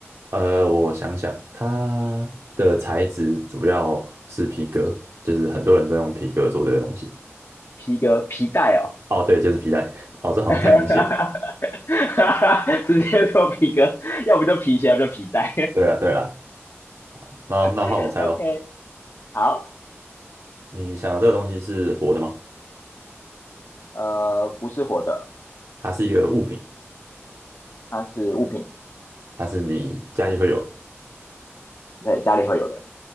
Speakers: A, on the right; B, on the left.
A: 呃，我想想，它的材质主要是皮革，就是很多人都用皮革做这个东西。
B: 皮革、皮带哦，
A: 哦，对，就是皮带。<laughs> 哦，这好像太明显了。
B: <laughs> 直接说皮革，要不就皮鞋，要不就皮带。
A: 对了，对了，那那换我猜喽。
B: <laughs> OK，好。
A: 你想的这个东西是活的吗？
B: 呃，不是活的，
A: 它是一个物品，
B: 它是物品，
A: 它是你家里会有的，
B: 在家里会有的，